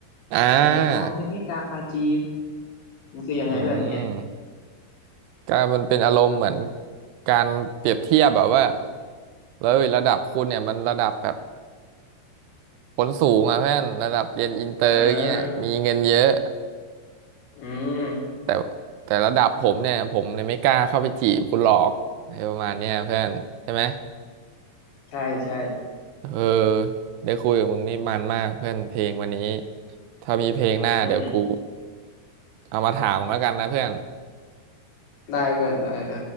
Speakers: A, on the right; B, on the left.
A: อ่า
B: แต่แต่มองแต่ไม่กล้าจีบมันคือยังไงแบบเนี้ย
A: อืมก็มันเป็นอารมณ์เหมือนการเปรียบเทียบแบบว่าแล้วระดับคุณเนี่ยมันระดับแบบผลสูงอ่ะเพื่อนระดับเรียนอินเตอร์เงี้ยมีเงินเยอะ
B: อ่าอืม
A: แต่แต่ระดับผมเนี่ยผมเนี่ยไม่กล้าเข้าไปจีบคุณหรอกอะไรประมาณเนี้ยเพื่อนใช่ไหม
B: ใช่ใช่
A: เออได้คุยกับมึงนี่มันมากเพื่อนเพลงวันนี้ ถ้ามีเพลงหน้าเดี๋ยวกู
B: อืม
A: เอามาถามมึงแล้วกันนะเพื่อน
B: ได้เพื่อนได้ได้